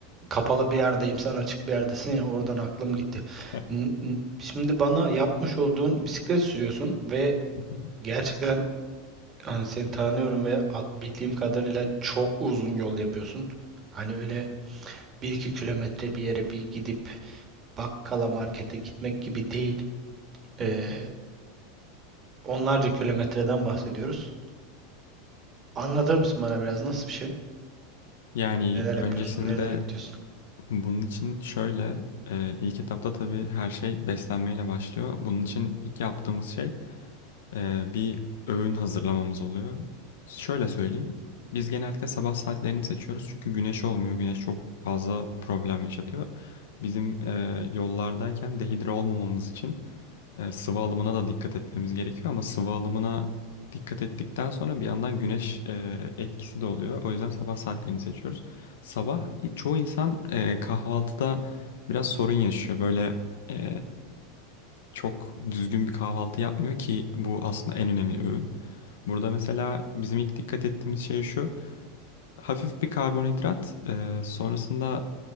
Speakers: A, on the right; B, on the left.
A: kapalı bir yerdeyim sen açık bir yerdesin ya oradan aklım gitti.
B: <laughs> Hı
A: N- n- Şimdi bana yapmış olduğun bisiklet sürüyorsun ve
B: hı,
A: gerçekten hani seni tanıyorum ve at- bildiğim kadarıyla çok uzun yol yapıyorsun. Hani öyle bir iki kilometre bir yere bir gidip bakkala markete gitmek gibi değil. Ee,
B: hı hı.
A: onlarca kilometreden bahsediyoruz. Anlatır mısın bana biraz nasıl bir şey?
B: Yani
A: Neler yapıyorsun?
B: öncesinde
A: Nerelere gidiyorsun?
B: Bunun için şöyle, e, ilk etapta tabii her şey beslenmeyle başlıyor. Bunun için ilk yaptığımız şey e, bir öğün hazırlamamız oluyor. Şöyle söyleyeyim, biz genellikle sabah saatlerini seçiyoruz çünkü güneş olmuyor. Güneş çok fazla problem yaşatıyor. Bizim e, yollardayken dehidre olmamamız için e, sıvı alımına da dikkat etmemiz gerekiyor ama sıvı alımına dikkat ettikten sonra bir yandan güneş e, etkisi de oluyor. O yüzden sabah saatlerini seçiyoruz. Sabah i- çoğu insan e, kahvaltıda biraz sorun yaşıyor. Böyle e, çok düzgün bir kahvaltı yapmıyor ki bu aslında en önemli öğün. Burada mesela bizim ilk dikkat ettiğimiz şey şu. Hafif bir karbonhidrat, e, sonrasında